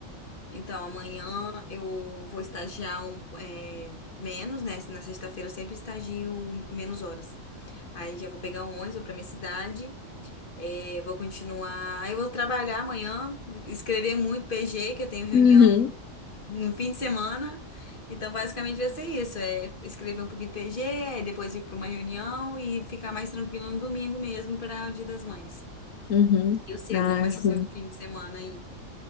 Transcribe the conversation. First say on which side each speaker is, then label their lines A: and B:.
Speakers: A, on the left (about 40°); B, on the left (about 80°).
A: Então, amanhã eu vou estagiar um, é, menos, né? Na sexta-feira eu sempre estagio menos horas. Aí já vou pegar um ônibus, vou pra minha cidade, é, vou continuar. Aí eu vou trabalhar amanhã, escrever muito PG, que eu tenho reunião
B: Uhum,
A: no fim de semana. Então, basicamente vai ser isso: é escrever um pouquinho de PG, aí depois ir pra uma reunião e ficar mais tranquilo no domingo mesmo para o Dia das Mães.
B: uhum.
A: Eu sei
B: Ah,
A: como vai
B: sim.
A: ser seu fim de semana aí.